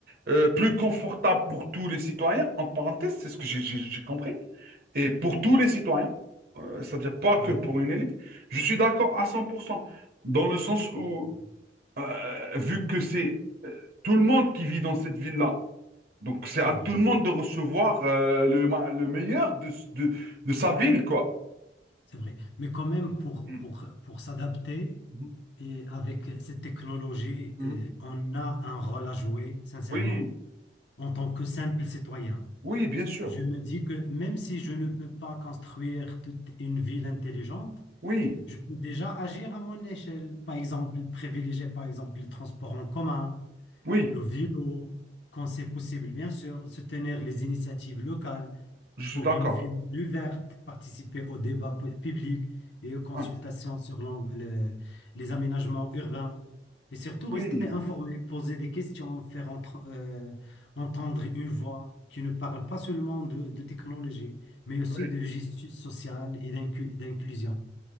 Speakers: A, on the right (about 60°); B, on the left (about 90°).
A: euh, plus confortables pour tous les citoyens, en parenthèse, c'est ce que j'ai j'ai- j'ai compris, et pour tous les citoyens, euh, c'est-à-dire pas
B: ah
A: que
B: oui,
A: pour une élite, je suis d'accord à 100% dans le sens où,
B: oui, oui,
A: euh, vu que c'est euh, tout le monde qui vit dans cette ville-là, donc c'est
B: c'est
A: à
B: vrai,
A: tout le monde de recevoir euh, le, ma- le meilleur de, de, de sa ville, quoi.
B: c'est vrai. Mais quand même, pour,
A: Mm.
B: pour, pour s'adapter,
A: Mhm.
B: et avec cette technologie,
A: Mhm.
B: eh, on a un rôle à jouer, sincèrement,
A: Oui,
B: en tant que simple citoyen.
A: oui, bien sûr.
B: Je me dis que même si je ne peux pas construire toute une ville intelligente,
A: Oui,
B: je peux déjà agir à mon échelle. Par exemple, privilégier par exemple les transports en commun,
A: oui,
B: le vélo, quand c'est possible, bien sûr, soutenir les initiatives locales.
A: je suis
B: pour
A: d'accord.
B: une ville plus verte, participer au débat pu- public et aux consultations
A: Ah,
B: sur l'en- le- les aménagements urbains. Et surtout,
A: oui,
B: rester informé, poser des questions, faire entre- euh, entendre une voix qui ne parle pas seulement de, de technologie, mais aussi
A: oui,
B: de justice sociale et d'inclu- d'inclusion.